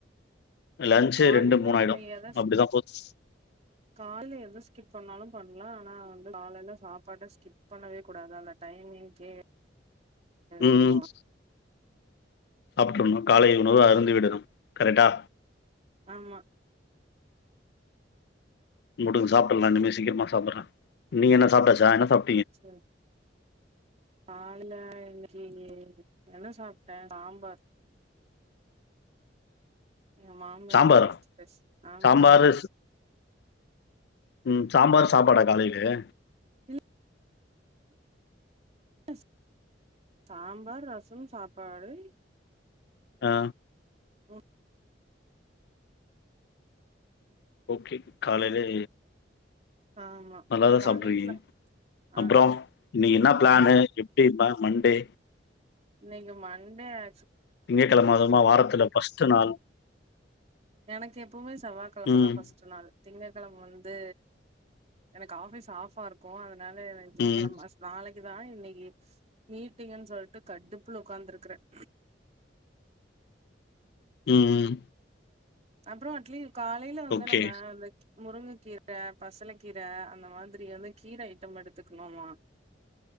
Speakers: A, on the left (about 60°); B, on the right (about 35°).
A: லன்ச்சு
B: காலைல
A: ரெண்டு மூணு
B: நம்ம
A: ஆயிடு
B: எத ஸ்கிப்
A: அப்டிதா போது
B: காலைல எத ஸ்கிப் பண்ணாலு பண்ணலா ஆனா வந்து காலைல சாப்பாட்ட ஸ்கிப் பண்ணவே கூடாது அந்த டைமிங்க்கே
A: ம்
B: வேணு
A: சாப்ட்டுற்ணு காலை உணவு அருந்தி விடணு கரெக்டா
B: ஆமா
A: வுடுங்க சாப்டுற்லா இனிமே சீக்கிரமா சாப்புட்ற நீங்க என்ன சாப்ட்டாச்சா என்ன சாப்
B: சேரி கால்ல இன்னைக்கி என்ன சாப்ட்ட சாம்பார் எ மாமியாரோட
A: சாம்பாரா
B: ஸ்பெஷ் ஆமா
A: சாம்பாரு ம் சாம்பார் சாப்பாடா காலைலே
B: இல் ஸ் சாம்பார் ரசம் சாப்பாடு
A: ஆ
B: ஓ
A: ஓகே காலைல
B: ஆமா
A: நல்லாதா
B: காலேஜ்ல
A: சாப்ட்ருக்கீங்க அப்புறோ
B: ஆஹ்
A: இன்னைக்கு என்ன பிளானு எப்டி மண்டே
B: இன்னைக்கு மண்டே ஆ
A: திங்க கிழமை அதுவுமா வாரத்துல பஸ் ட் நாள்
B: எனக்கு எப்பவுமே செவ்வா கிழம
A: ம்
B: தான் ஃபர்ஸ்ட் நாள் திங்க கிழமை வந்து எனக்கு ஆபிஸ் ஆஃபா இருக்கும் <unintelligible>
A: ம்
B: தான் இன்னைக்கு மீட்டிங்கன் சொல்லிட்டு கடுப்புல உக்காந்துருக்கறேன்
A: உம் ம்
B: அப்புறம் அட்லீ காலையில வந்து
A: ஓகே
B: நம்ம அந்த முருங்க கீரை பசல கீரை அந்த மாதிரி வந்து கீரை ஐட்டம் எடுத்துக்கணுமா